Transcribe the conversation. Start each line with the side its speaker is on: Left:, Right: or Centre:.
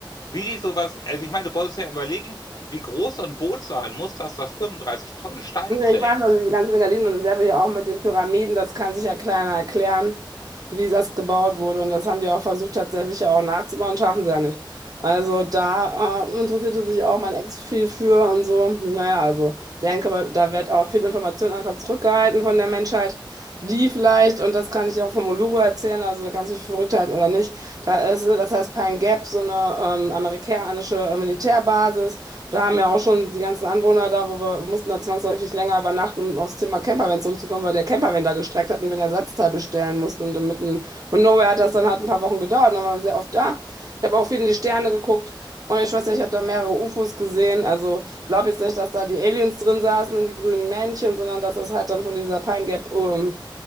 Left: wie die sowas, also ich meine, du musst ja überlegen, wie groß so ein Boot sein muss, dass das 35 Tonnen Stein
Right: Ja,
Left: trägt.
Right: Ich weiß noch, diese ganzen Gardinen und dasselbe ja auch mit den Pyramiden, das kann sich ja keiner erklären, wie das gebaut wurde. Und das haben die auch versucht, tatsächlich ja auch nachzubauen, schaffen sie ja nicht. Also da äh, interessierte sich auch mein Ex viel für und so. Naja, also denke, aber da wird auch viel Information einfach zurückgehalten von der Menschheit die vielleicht, und das kann ich dir auch vom Uluru erzählen, also da kannst du dich für verrückt halten oder nicht, da ist, das heißt Pine Gap, so eine ähm, amerikanische äh, Militärbasis. Da haben ja auch schon die ganzen Anwohner da, wo wir, wir mussten da zwangsläufig länger übernachten, um aufs Thema Campervan zurückzukommen, weil der Campervan da gestreckt hat und wir ein Ersatzteil bestellen mussten. Und dann mitten von Nowhere hat das dann halt ein paar Wochen gedauert, dann waren wir sehr oft da. Ich habe auch viel in die Sterne geguckt. Und ich weiß nicht, ich habe da mehrere UFOs gesehen. Also ich glaube jetzt nicht, dass da die Aliens drin saßen und die grünen Männchen, sondern dass das halt dann von dieser Pine Gap ähm,